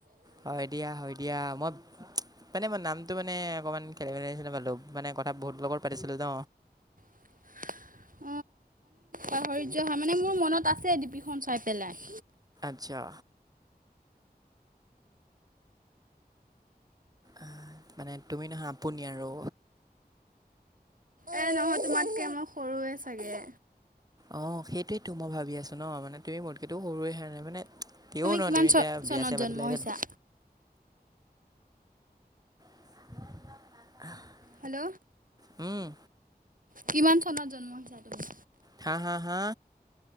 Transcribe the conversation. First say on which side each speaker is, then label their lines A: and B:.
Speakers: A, on the right; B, on the right.
A: হয় দিয়া হয় দিয়া মই মানে মানে নামটো মানে অকমান খেলি মেলিছিলে ভালো মানে কথা বহুত লগত পাতিছিলো ন।
B: <inaudible> <unintelligible> মানে মোৰ মনত আছে ডিপিখন চাই পেলাই।
A: আতচা। আহ মানে তুমি নহয় আপুনি আৰু
B: এ নহয় তোমাতকে মই সৰুৱে চাগে
A: অ সেইটোয়ে তো মই ভাবি আছো ন মানে তুমি মৰ্কটো সৰুৱেণে মানে ও ন
B: কিমান
A: তুমি
B: চ
A: এতিয়া
B: চনত
A: বিয়া চয়া
B: জন্ম
A: পাতিলা এতিয়া
B: হৈছা?
A: <unintelligible>
B: হেল্ল'।
A: হম।
B: কিমান চনত জন্ম হৈছা তুমি
A: হা হা হা